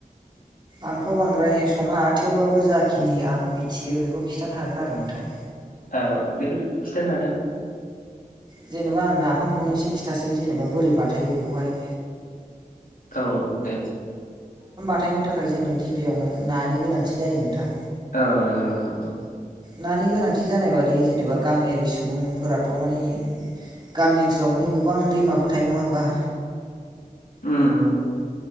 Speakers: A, on the right (about 30°); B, on the left (about 65°).
A: आंथ' बांद्राय सङा थेवब्लाबो जाखिनि आं मिथियो बेखौ खिन्थानो हागोन आरो नोंथां।
B: औ दे खिथानो हागोन।
A: जेन'बा आं नाफामखौनो एसे खिथासै जेनेबा बोरै बाथायो बेखौहाय।
B: औ औ दे।
A: हथायनो थाखाय जोंनो गिबियावनो नानि गोनांथि जायो नोंथां।
B: औ नंगौ नंगौ नंगौ।
A: नानि गोनांथि जानाय बादि जेनेबा गामियारि सुबुंफोराथ' माने गामि ओनसोलाव माने गोबां दैमाफोर थायो नङा होमबा?
B: ओम।